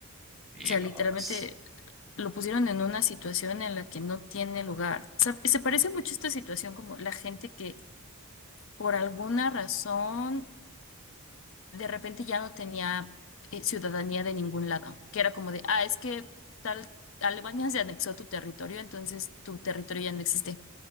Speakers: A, in the centre; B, on the left (about 60°).
A: Y
B: O sea,
A: no,
B: literalmente
A: es-
B: lo pusieron en una situación en la que no tiene lugar. O sea, se parece mucho esta situación como la gente que por alguna razón de repente ya no tenía eh, ciudadanía de ningún lado, que era como de, ah, es que tal Alemania se anexó tu territorio, entonces tu territorio ya no existe,